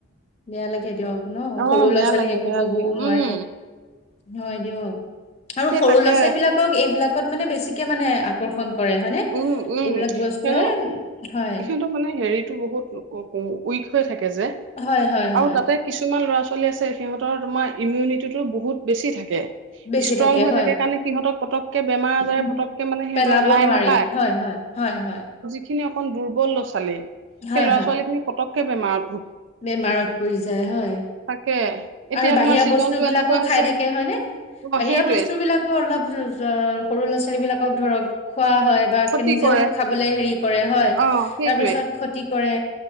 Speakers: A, on the left (about 30°); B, on the right (about 65°).
A: বেয়া লাগে দিয়ক ন
B: অ
A: সৰু ল'ৰা-ছোৱালী
B: বেয়া লাগে
A: একো
B: বেয়া
A: কবও
B: লাগে
A: নোৱাৰে।
B: উম
A: হয় দিয়ক আৰু
B: তে
A: সৰু
B: তাকে
A: ল'ৰা-ছোৱালী বিলাকক এইবিলাকত মানে বেছিকে মানে আকৰ্ষণ। কৰে হয়নে?
B: উম-উম
A: এইবিলাক
B: সিহঁতৰ,
A: বস্তুৱে হয়
B: সিহঁতৰ মানে হেৰিতটো বহুত উইক হৈ থাকে যে
A: হয় হয়
B: আৰু
A: হয়
B: তাতে কিছুমান ল'ৰা- ছোৱালী। চলি আছে সিহঁতৰ তোমাৰ ইমিউনিটিটো বহুত বেছি থাকে
A: বেছি
B: ষ্ট্ৰং হৈ
A: হয়
B: থাকে কাৰণে সিহঁতক পতকে বেমাৰ আজাৰে
A: উ
B: পতকে মানে সিহঁতক
A: পেলাব
B: লাই
A: নোৱাৰি
B: নাপাই
A: হয় হয় হয় হয়
B: সেইখিনি অকন দুৰ্বল লৰা-ছোৱালী সেই
A: হয়
B: ল'ৰা
A: হয়
B: ছোৱালী খিনি পটকে বেমাৰ
A: বেমাৰত পৰি যায় হয়
B: তাকে এতিয়া
A: আৰু বাহিৰা
B: তোমাৰ ছিজনটো
A: বস্তু বিলাকো
B: এনেকুৱা হৈছে
A: খাই থাকে হয় নে।
B: অ
A: বাহিৰা
B: সেইটোৱে
A: বস্তু বিলাকো অলপ সৰু ল'ৰা ছোৱালী বিলাকক ধৰক খোৱা হয় বা
B: ক্ষতি
A: নিজেও
B: কৰে
A: খাবলে হেৰি কৰে হয়,
B: অ সেইটোৱে
A: তাৰ পিছত ক্ষতি কৰে।